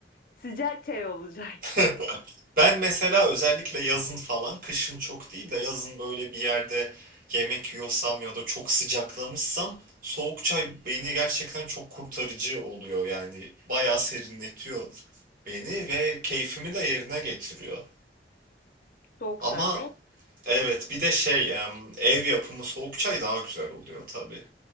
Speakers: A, on the left; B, on the right.
A: Sıcak çay olacak.
B: <laughs> Ben mesela özellikle yazın falan, kışın çok değil de yazın böyle bir yerde yemek yiyorsam ya da çok sıcaklamışsam soğuk çay beni gerçekten çok kurtarıcı oluyor yani. Bayağı serinletiyor beni ve keyfimi de yerine getiriyor.
A: <laughs> Soğuk
B: Ama
A: çay değil.
B: evet bir de şey em, ev yapımı soğuk çay daha güzel oluyor tabii.